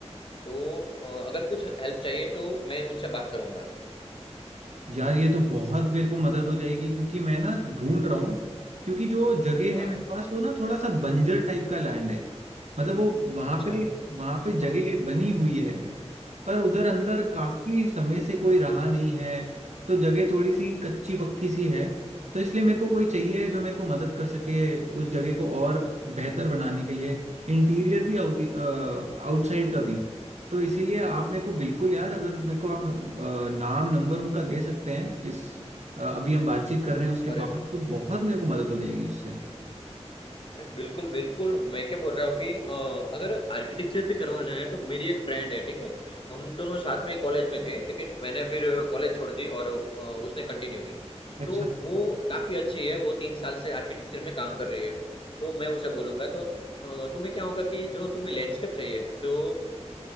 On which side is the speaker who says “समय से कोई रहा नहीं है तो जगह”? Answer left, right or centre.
Right